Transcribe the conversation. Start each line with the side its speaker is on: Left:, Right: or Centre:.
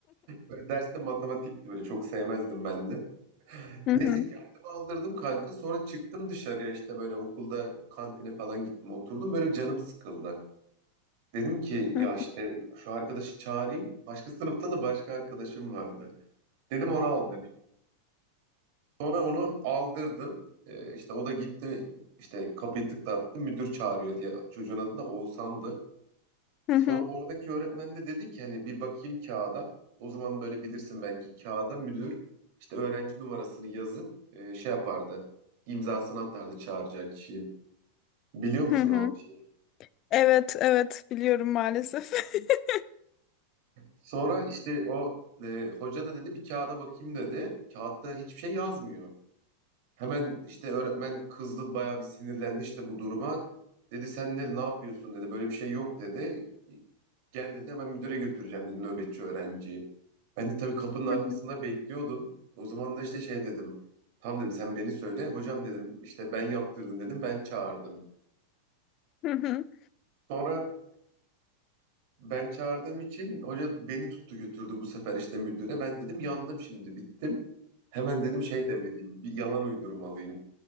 Right: Böyle derste matematikti böyle çok sevmezdim ben de.
Left: Hı
Right: Neyse
Left: hı.
Right: kendimi aldırdım kanka sonra çıktım dışarıya işte böyle okulda kantine falan gittim oturdum böyle canım sıkıldı. Dedim ki
Left: Hı
Right: ya
Left: hı.
Right: işte şu arkadaşı çağırayım. Başka sınıfta da başka arkadaşım vardı. Dedim onu aldır. Sonra onu aldırdım. Ee, işte o da gitti işte kapıyı tıklattı müdür çağırıyor diye. Çocuğun adı da Oğuzhan'dı.
Left: Hı
Right: Sonra
Left: hı.
Right: oradaki öğretmen de dedi ki hani bir bakayım kağıda. O zaman böyle bilirsin belki kağıda müdür işte öğrenci numarasını yazıp e, şey yapardı. imzasını atardı çağıracak kişiyi. Biliyor
Left: Hı
Right: musun
Left: hı.
Right: o şeyi?
Left: Evet, evet biliyorum maalesef. <laughs>
Right: Sonra işte o e, hoca da dedi bir kağıda bakayım dedi. Kağıtta hiçbir şey yazmıyor. Hemen işte öğretmen kızdı bayağı bir sinirlendi işte bu duruma. Dedi sen dedi ne yapıyorsun dedi böyle bir şey yok dedi. Gel dedi hemen müdüre götüreceğim dedi nöbetçi öğrenciyi. Ben de tabii kapının arkasında
Left: Hı hı.
Right: bekliyordum. O zaman da işte şey dedim. Tamam dedim sen beni söyle. Hocam dedim işte ben yaptırdım dedim ben çağırdım.
Left: Hı hı.
Right: Sonra ben çağırdığım için hoca beni tuttu götürdü bu sefer işte müdüre. Ben dedim yandım şimdi bittim. Hemen dedim şey demeliyim bir yalan uydurmalıyım.